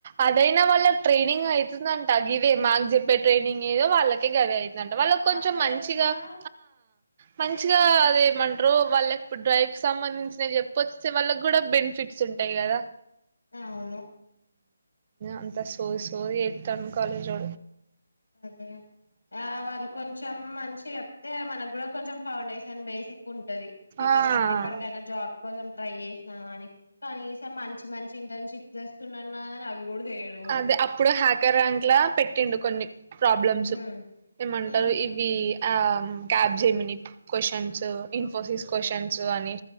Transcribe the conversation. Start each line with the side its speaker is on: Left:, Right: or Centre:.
Right: అదైనా వాళ్ళ ట్రైనింగ్ అవుతుందంట ఇదే మాార్కు చెప్పే ట్రైనింగ్ ఏదో వాళ్ళకే గది అవుతుంది అంట వాళ్ళకు కొంచెం
Left: అట్లెట్లా
Right: మంచి మంచి మంచిగా
Left: ఉమ్
Right: అదే మ వాళ్ళ ఇప్పుడు డ్రైవ్ సంబంధించినవి చెప్ప వస్తే వాళ్ళ కూడా బెనిఫిట్స్ ఉంటాయి కదా
Left: అవును
Right: అంత సో సో ఎయితను కాలేజో
Left: అదే ఆ వాళ్ళు కొ కొంచెం మంచిగా చెప్తే మనకు కూడా కొంచెం ఫౌండేషన్ బేసిక్ ఉంటది రేప
Right: ఆ
Left: మనం ఎక్కడికైనా జాబ్ కోసం ట్రై చేసిన అని కనీసం మంచి మంచి ఇంటర్న్షిప్స్ చేస్తున్నా అని అవి కూడా చేయడు
Right: అదే అప్పుడు హ్యాకర్ ర్యాంక్ లా పెట్టిండు కొన్ని ప్రాబ్లమ్స్
Left: ఉమ్
Right: ఏమంటారు
Left: ఉహు
Right: ఇవి ఆ Capgemini questions Infosys questions అని